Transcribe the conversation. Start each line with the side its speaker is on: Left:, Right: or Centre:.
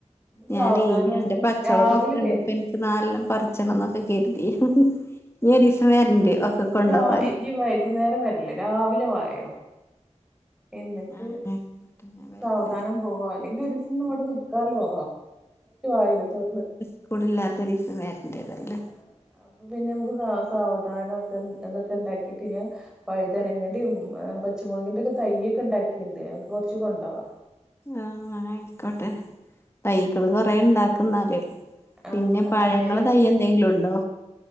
Centre: <unintelligible>
Left: ഞാനേ എന്റെ പച്ചവളകൊക്കെ
Centre: രാവിലെ വരും
Left: <unintelligible> പറിച്ചണം എന്നൊക്കെ കരുതി ഹ്ഹ് ഒരീസം
Centre: ഇനി
Left: വരണണ്ട്
Centre: വരും
Left: ഒക്കെ
Centre: ഇനി
Left: കൊണ്ടുപോവാന്
Centre: രാ ഇനി വൈകുന്നേരം വരല്ല് രാവിലെ വായോ എന്നിട്ട്
Left: ആഹ് ആയിക്കോട്ടെ ഞാൻ വരണ്ട്
Centre: സാവധാനം പോവാ അല്ലെങ്കി ഒരു ദിവസം ഇവിടെ നിക്കാലോ <unintelligible>
Left: ക്കവിടില്ലാത്തൊരീസം വരണ്ടേതായാലും
Centre: ആഹ് അപ്പൊ പിന്നെ നമുക്ക് സാവധാനം ഒക്കെ <unintelligible> കഴിഞ്ഞാ വഴുതനങ്ങന്റെയും പച്ചമുളകിന്റെയും ഒക്കെ തൈയ്യ് ഒക്കെ ഉണ്ടാക്കിട്ടണ്ട് നിനക്ക് കുറച്ച് കൊണ്ടോവാം
Left: ആഹ് ആയിക്കോട്ടെ തൈകള് കൊറേ ഇണ്ടാക്കുന്നാല്
Centre: ആഹ്
Left: പിന്നെ പഴങ്ങള്
Centre: തയ്യലൊക്കെണ്ട്
Left: തൈയ്യ് എന്തെങ്കിലും ഉണ്ടോ